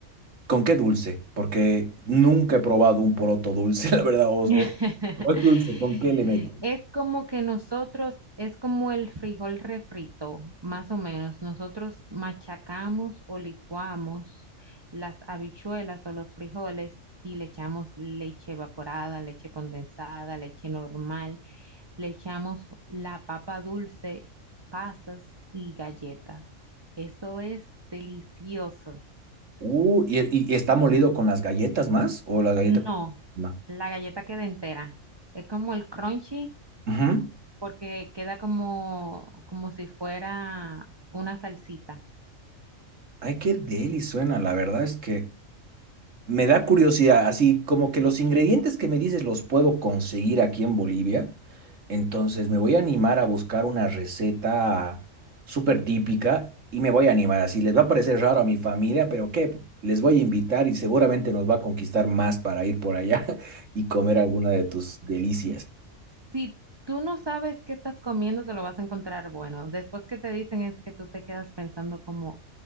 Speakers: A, on the right (about 70°); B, on the right (about 20°).
A: ¿Con qué dulce? Porque nunca he probado un poroto dulce, <laughs> la verdad. O, o-
B: <laughs>
A: o es dulce, ¿con qué le meto?
B: Es como que nosotros, es como el frijol refrito, más o menos. Nosotros machacamos o licuamos las habichuelas o los frijoles y le echamos leche evaporada, leche condensada, leche normal. Le echamos la papa dulce, pasas y galletas. Eso es delicioso.
A: Uh, y, y- y está molido con las galletas más? ¿O la galleta
B: No,
A: con... encima?
B: la galleta queda entera. Es como el crunchy.
A: Ujú.
B: porque queda como, como si fuera una salsita.
A: Ay, qué deli suena. La verdad es que Me da curiosidad, así como que los ingredientes que me dices los puedo conseguir aquí en Bolivia, entonces me voy a animar a buscar una receta súper típica y me voy a animar, así les va a parecer raro a mi familia, pero qué, les voy a invitar y seguramente nos va a conquistar más para ir por allá <laughs> y comer alguna de tus delicias.
B: Que Si tú no sabes qué estás comiendo, te lo vas a encontrar bueno. Después que te dicen es que tú te quedas pensando como